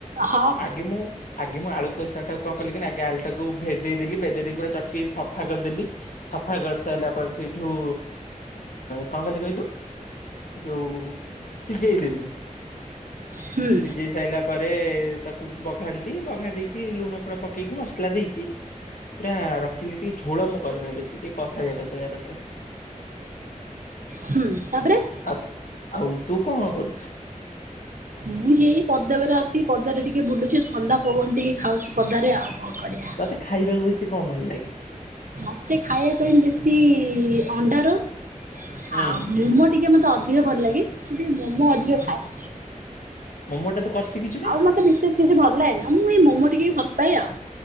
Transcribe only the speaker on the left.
ଆଗେ ମୁଁ ଆଗେ ମୁଁ ଆଳୁ କଷା ଟାକୁ କଣ କଲିି କିନା, ଆଗେ ଆଳୁ ଟାକୁ ଭେଦେଇଦେଲି ଭେଦେଇ ଦେଇକି ପୁରା ଚଟକି ସଫା କରିଦେଲି। ସଫା କରି ସାରିଲା ପରେ, ସେଇଠୁ କଣ କଲି କଇଲୁ। ଯୋଉ ସିଝେଇ ଦେଲି
ସିଝେଇ ସାଇଲା ପରେ ତାକୁ ବଘାଲି, ବଘାରିଦେଇକି ଲୁଣ ଫୁଣ ପକେଇକି ମସଲା ଦେଇକି ପୁରା ରଖିଲି ଟି ଝୋଳ ମୁଁ କରେନି ବେଶି ଟିକେ କଷାଳିଆ କଷାଳିଆ ରଖେ।
ଆ ଆଉ ତୁ କଣ କରୁଛୁ?
ତତେ ଖାଇବାକୁ ବେଶୀ କଣ ଭଲ ଲାଗେ?
ହୁଁ
ମମୋ ଟା ତୁ କରି ଶିଖିଛୁ ନା?